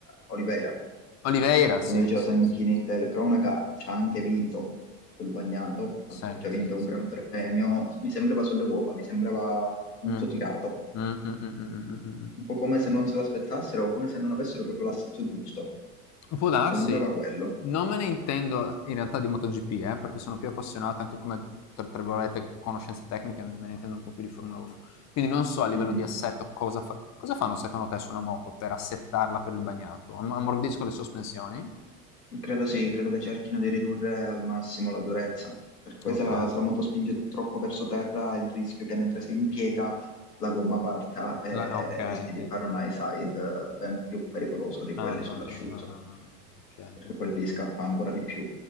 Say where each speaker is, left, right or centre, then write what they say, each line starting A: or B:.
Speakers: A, on the left; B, on the left.
A: Oliveira,
B: Oliveira, sì,
A: come diceva
B: sì,
A: Sanchini
B: sì, sì,
A: in telecronaca, ci ha anche vinto sul bagnato, ha
B: sì,
A: già
B: sì,
A: vinto
B: sì,
A: un gran
B: sì,
A: premio.
B: sì.
A: Mi sembrava sulle uova, mi sembrava molto
B: Mm.
A: tirato,
B: Mm, mm, mm, mm, mm, mm,
A: un
B: mm,
A: po' come se
B: mm.
A: non
B: mm.
A: se l'aspettassero, come se non avessero proprio l'assetto giusto.
B: Può darsi,
A: Sembrava quello.
B: non me ne intendo in realtà di MotoGP, eh, perché sono più appassionato anche come, tra, tra virgolette, conoscenze tecniche, me ne intendo un po' più di Formula 1. Quindi non so a livello
A: Mhm.
B: di assetto cosa, fa- cosa fanno secondo te su una moto per assettarla per il bagnato. Am- ammorbidisco le sospensioni?
A: Credo sì, credo che cerchino di ridurre al massimo la durezza, perché poi
B: Ok,
A: se la, se la moto spinge troppo verso terra, il rischio è che mentre si impiega la gomma parta e
B: La- ok,
A: rischi di
B: eh,
A: fare un high side eh, ben più pericoloso di
B: ah,
A: quelli sull'asciutto,
B: ah, ah, ah, ah, ok,
A: perché
B: ok,
A: poi lì scappa ancora di più.